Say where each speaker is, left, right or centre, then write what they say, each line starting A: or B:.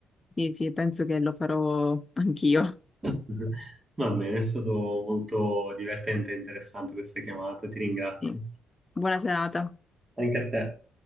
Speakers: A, on the left; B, on the right.
A: Sì, sì, penso che lo farò anch'io.
B: <laughs> Va bene, è stato molto divertente e interessante questa chiamata, ti ringrazio.
A: Sì. Buona serata.
B: Anche a te.